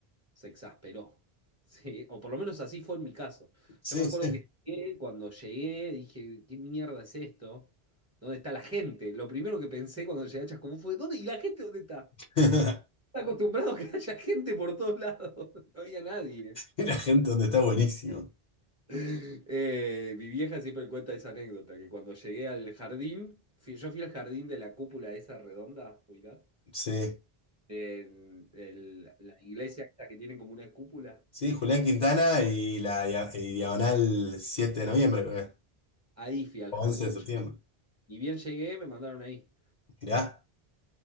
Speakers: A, on the right (about 15°); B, on the left (about 50°).
A: se exasperó, <laughs> ¿sí? O por lo menos así fue en mi caso.
B: Sí,
A: Yo me acuerdo
B: sí.
A: que llegué, cuando llegué dije, ¿qué mierda es esto? ¿Dónde está la gente? Lo primero que pensé cuando llegué a Chascomús fue, ¿dónde? ¿Y la gente dónde está?
B: <laughs>
A: Estaba acostumbrado a que haya gente por todos lados, <laughs> no había nadie.
B: Y la gente donde está buenísimo.
A: Eh, mi vieja siempre cuenta esa anécdota, que cuando llegué al jardín, fui- yo fui al jardín de la cúpula esa redonda, ubicás,
B: Sí.
A: en el- la iglesia esa que tiene como una cúpula.
B: Sí, Julián Quintana y la dia- y diagonal 7 de noviembre, creo que es.
A: Ahí fui al
B: O
A: jardín.
B: 11 de septiembre.
A: Y bien llegué, me mandaron ahí.
B: Mirá,